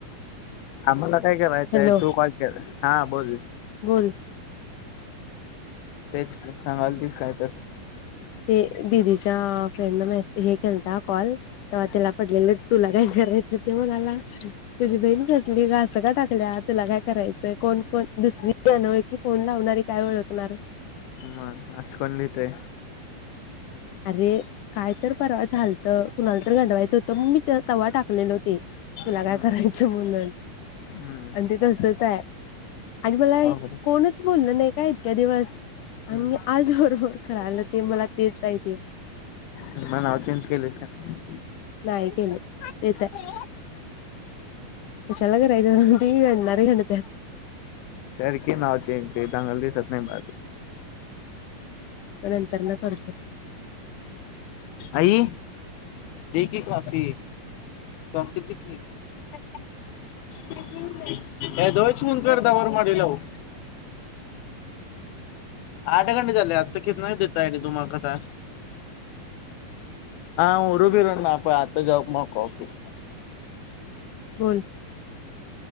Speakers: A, on the left; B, on the left.
A: आम्हाला काय करायचंय,
B: हॅलो
A: तू कॉल कर हा बोल.
B: बोल.
A: तेच की, सांगालतीस काय तर.
B: ते दिदीच्या फ्रेंड न मेस हे केलता कॉल, तेव्हा तिला पडलेलेत. तुला काय करायचंय ते म्हणाला. तुझी बहीण कसली, असं का टाकल्या, तुला काय करायचंय, कोण कोण, दुसरी मी अनोळखी फोन लावणारी काय ओळखणार.
A: मग असं कोण लिहतंय?
B: अरे काय तर परवा झालतं? कुणाला तर गंडवायचं होतं, मग मी त तवा टाकलेलं ते, तुला
A: हम्म
B: काय करायचं म्हणून.
A: हम्म
B: अगदी तसच हाय आणि मला हे
A: अवघड आहे.
B: कोणच बोललं नाही का इतक्या दिवस आणि
A: हम्म
B: आज बरोबर कळालं ते मला तेच आहेत.
A: मग नाव चेंज केलेयस काय नाहीस.
B: नाही केलं, तेच हाय. कशाला करायचं ते ही <inaudible>
A: कर की नाव चेंज, ते चांगलं दिसत नाही बघ.
B: नंतर ना, करते.
A: आई. दे की कॉफी, <unintelligible> दे की.
B: <inaudible>
A: काय तेव्हाच फोन करता बरं, मधी लावू. आठ घंटे झालेत. तिकीट नाही देतायेत तुम्हाक आता. हा ओरडू बिरडू नको आता <inaudible> मग कॉफी.
B: बोल.